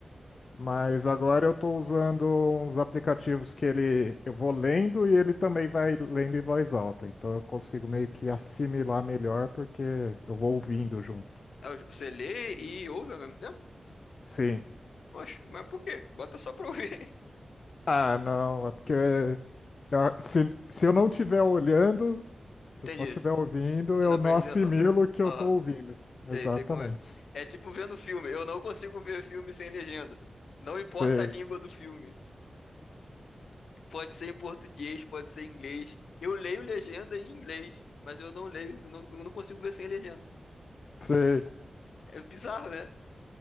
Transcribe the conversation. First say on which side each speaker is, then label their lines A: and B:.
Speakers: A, on the left (about 45°); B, on the left (about 85°).
A: mas agora eu tô usando uns aplicativos que ele eu vou lendo e ele também vai lendo em voz alta. Então eu consigo meio que assimilar melhor porque eu vou ouvindo junto.
B: Ah, Você lê e ouve ao mesmo tempo?
A: Sim.
B: Oxe, mas por quê? Bota só pra ouvir.
A: Ah, não, é porque ah, se, se eu não estiver olhando,
B: <laughs>
A: se
B: Entendi.
A: eu só estiver ouvindo,
B: Eu
A: eu
B: não
A: não
B: presto
A: assimilo
B: É. atenção.
A: o que eu
B: Aham,
A: estou ouvindo. Exatamente.
B: sei, sei como é. É tipo vendo filme. Eu não consigo ver filme sem legenda. Não importa
A: Sei,
B: a língua do filme. Pode ser em português, pode ser em inglês. Eu leio legenda em inglês, mas eu não leio, eu não, eu não consigo ver sem legenda.
A: sei.
B: É bizarro, né? O